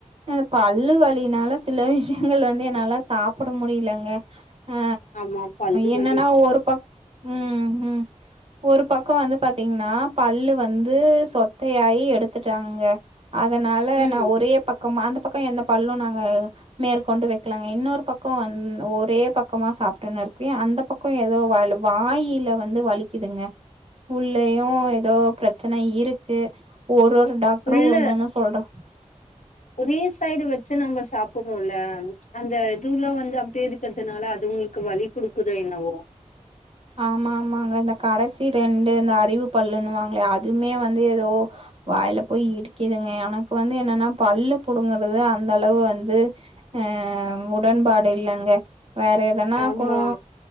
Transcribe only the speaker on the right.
ஆ பல்லு வலினால சில விஷயங்கள் வந்து என்னால சாப்பிட முடிலங்க ஆ
என்னன்னா
ஒரு பக் ம் ம் ஒரு பக்கோ வந்து பாத்தீங்கன்னா பல்லு வந்து சொத்தையாய் எடுத்துட்டாங்க அதனால
நா ஒரே பக்கம அந்த பக்கோ எந்த பல்லு நாங்க மேற்கொண்டு வைக்கலாங்க இன்னொரு பக்கோ வந் ஒரே பக்கமா சாப்பிட்டுன்னு இருக்கு அந்த பக் க்கு ஏதோ வாயி வாயில வந்து வலிக்குதுங்க உள்ளயு ஏதோ பிரச்சன இருக்கு ஒரு ஒரு டாக்டரு
ஒன்னு ஒன்னு சொல்
ஆமாம்மாங்க இந்த கடைசி ரெண்டு இந்த அறிவு பல்லுன்னுவாங்களோ அதுமே வந்து ஏதோ வாயில போய் இடிக்குதுங்க எனக்கு வந்து என்னன்னா பல்லு புடுங்கறது அந்த அளவு வந்து ஆ உடன்பாடு இல்லங்க வேற எதனா
கூட